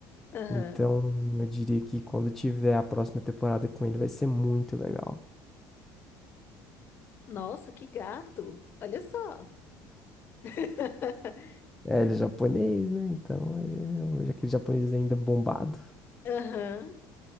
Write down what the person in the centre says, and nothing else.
Então, eu diria que quando tiver a próxima temporada com ele, vai ser muito legal.
É, ele é japonês, né? Então, ele é um- aquele japonês ainda bombado.